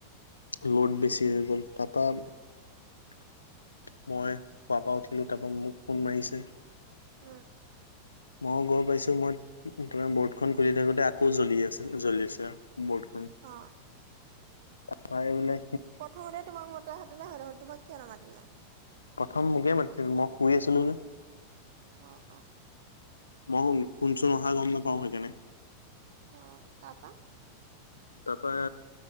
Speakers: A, on the left; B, on the right.
A: লোড বেছি হৈ গ'ল তাৰাপা মই খোৱাৰ পৰা উঠিলো তাৰ পৰাা মোক ফোন মাৰিছে
B: উম
A: ময়ও গম পাইছো মই তমাৰ বৰ্ডখন খুলি থাকোতে আকৌ জ্বলি আছে জ্বলি আছে বৰ্টখন
B: অ
A: তাৰপ বোলে
B: প্ৰথমতে তোমাক মতে হাতেলে হয়লে তোমাক কিয় নামাতিলে
A: প্ৰথম মোকে মাতিছিল মই শুই আছো নো যে
B: অঁ অঁ
A: মই শুনচোন অহা গম নাপাও সেইকাৰণে
B: অ তাৰপা
A: তাৰাপা